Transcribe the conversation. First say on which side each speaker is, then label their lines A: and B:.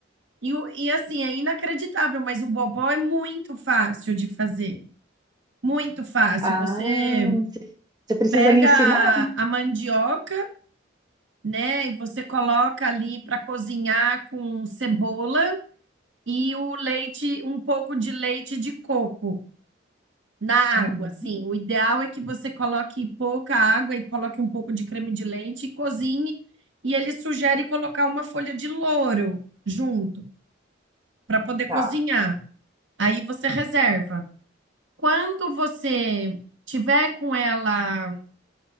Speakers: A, on the right (about 75°); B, on the right (about 20°).
A: E, o- e assim, é inacreditável, mas o bobó é muito fácil de fazer. Muito fácil.
B: Ah,
A: Você
B: você você precisa
A: pega
B: me ensinar?
A: a mandioca, né? E você coloca ali para cozinhar com cebola e o leite, um pouco de leite de coco na
B: Uhum.
A: água, assim. O ideal é que você coloque pouca água e coloque um pouco de creme de leite e cozinhe. E ele sugere colocar uma folha de louro junto para poder
B: Tá,
A: cozinhar. Aí você reserva. Quando você tiver com ela